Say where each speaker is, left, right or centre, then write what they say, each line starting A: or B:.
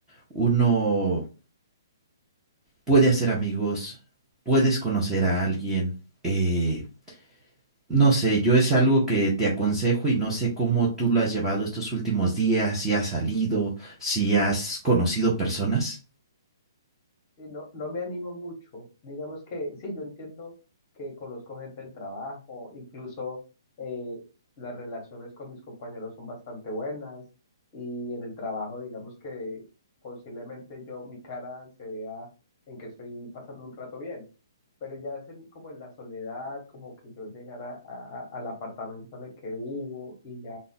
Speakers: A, in the centre; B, on the left (about 20°).
A: Uno puede hacer amigos, puedes conocer a alguien. eh, no sé, yo es algo que te aconsejo y no sé cómo tú lo has llevado estos últimos días, si has salido, si has conocido personas.
B: Sí, no, no me animo mucho. Digamos que sí, yo entiendo que conozco gente del trabajo, incluso eh, las relaciones con mis compañeros son bastante buenas y en el trabajo, digamos que posiblemente yo, mi cara se vea en que estoy pasando un rato bien, pero ya es en- como en la soledad, como que yo llegara a- a- al apartamento en el que vivo y ya